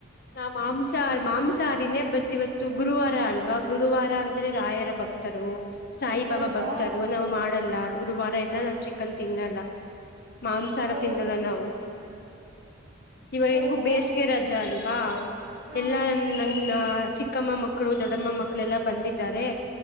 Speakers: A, on the left; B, on the right.
A: ನ ಮಾಂಸಾಹಾರಿ ಮಾಂಸಾಹಾರಿನೇ ಬತ್ ಇವತ್ತು ಗುರುವಾರ ಅಲ್ವಾ ಗುರುವಾರ ಅಂದ್ರೆ ರಾಯರ ಭಕ್ತರು. ಸಾಯಿಬಾಬಾ
B: ಹೌದಾ
A: ಭಕ್ತರು ನಾವ್ ಮಾಡಲ್ಲ ಗುರುವಾರ ಎಲ್ಲಾ ನಾವ್ ಚಿಕನ್ ತಿನ್ನಲ್ಲ. ಮಾಂಸಾರ
B: ಹೌ
A: ತಿನ್ನಲ್ಲ ನಾವು. ಇವಾಗ
B: ಹೌದಾ
A: ಹೆಂಗು ಬೇಸಿಗೆ ರಜಾ ಅಲ್ವಾ
B: ಹಾ
A: ಎಲ್ಲಾ ನನ್ ನನ್ನ. ಚಿಕ್ಕಮ್ಮ ಮಕ್ಕಳು ದೊಡ್ಡಮ್ಮ ಮಕ್ಕಳೆಲ್ಲಾ ಬಂದಿದ್ದಾರೆ